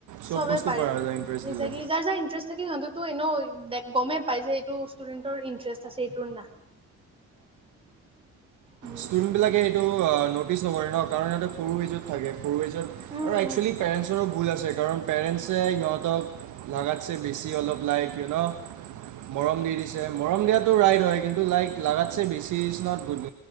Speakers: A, on the right; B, on the right.
A: চব
B: চবে
A: বস্তু
B: পাৰে
A: পৰা
B: একজেকলি
A: যায় ইণ্টাৰেষ্ট দিলে
B: যাৰ যাৰ ইণ্টাৰেষ্ট থাকে সিহঁততো এনেও। দে গমেই পাই যে এইটো ষ্টুডেন্টৰ ইন্টাৰেষ্ট আছে এইটো নাই। উম,
A: ষ্টুডেণ্ট বিলাকে এইটো। ন'টিছ নকৰে ন কাৰণ ইহঁতে সৰু হেইজত থাকে। সৰু এজন
B: উম,
A: আৰু একচুৱেলি
B: উম,
A: পেৰেণ্টছৰো ভুল আছে। কাৰণ পেৰেণ্টছে সিহঁতক লাগাতছে বেছি অলপ লাইক ই ন' মৰম দি দিছে মৰম দিয়াতো ৰাইট হয় কিন্তু লাইক। লাগাতছে বেছিচনা বুধব